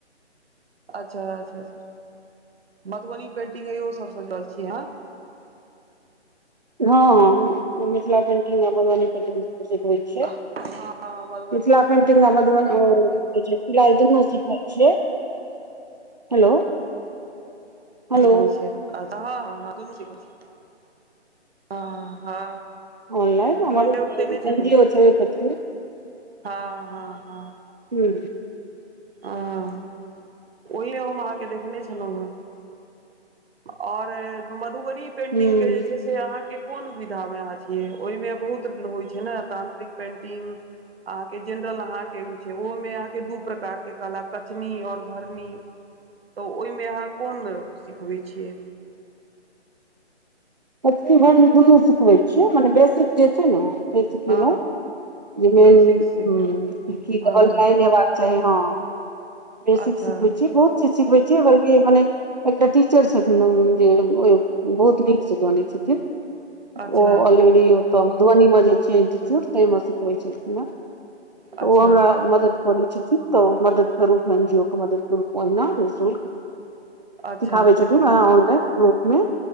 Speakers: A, on the right; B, on the right.
A: अच्छा अच्छा। मधुबनी पेंटिंग इहो सभसँ जुरल छीयै अहाँ।
B: हँ
A: हेलो
B: मिथिला पेंटिंग आओर बरौनी पेंटिंग छैय
A: हँ मधुबनी
B: मिथला पेंटिंग अ मधुबनी अ
A: पेंटिंग
B: नहि दुनु सिखने छियै हेलो। हेलो
A: होई छैय हँ हँ दुनू ठीक होये छैय। ह हँ
B: ऑनलाइन हमर
A: ओहिमे
B: एन
A: उ देने छली।
B: जी ओ छै ओहिके थ्रू हूँ
A: हँ हँ हँ।
B: हू।
A: ह ओहि हम अहाँके देखने छलहुँ हेँ आओर मधुबनी पेन्टिंग
B: हूँ
A: के जे छैय। जे अहाँ के कोन विधा मे अहाँ छियै ओहिमे बहुत होइ छैय ने तांत्रिक पेंटिंग अहाँ के जेनरल अहाँ के होय छैय ओहो में अहां के दू प्रकार के के कला कचनी आओर भरनी तऽ ओहिमे अहाँ कोन सिखबै छियै।
B: मछी भरनी दुनू सिखबै छियै मने बेसिक जे छैय ने सीख
A: हँ
B: लेलहु जे
A: बेसिक
B: मेनी
A: सिखेलहुँ हँ
B: लल जा हेबाक सही हँ बेसिक
A: अच्छा
B: सिखबै छी बहुत सिखबै छियै बलकि मने एकटा टीचर छथिन जे बहुत न से ओ जाने छथिन
A: अच्छा
B: ओ ऑलरेडी ओ तऽ मधुबनीमे जे छैय इन्स्टिच्यूट ताहिमे सिखबै छलखिन हेँ तऽ
A: अच्छा
B: ओ हमरा मदद करै छथिन तऽ मदद के रूप एन जी ओ के मदद करू ओना निशुल्क
A: अच्छा
B: सिखाबै
A: अच्छा
B: छथिन वह ऑनलाइन रूपमे